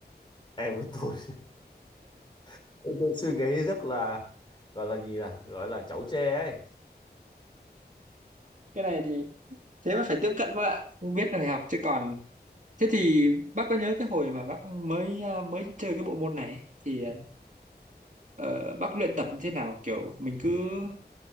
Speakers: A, on the left; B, on the right.
A: em của tôi <laughs> tôi suy nghĩ rất là gọi là gì nè gọi là chẩu tre ấy
B: cái này thì thế mà phải tiếp cận bác ạ không biết rồi học chứ còn thế thì bác có nhớ cái hồi mà bác mới à, mới chơi cái bộ môn này thì ờ, bác luyện tập như thế nào kiểu mình cứ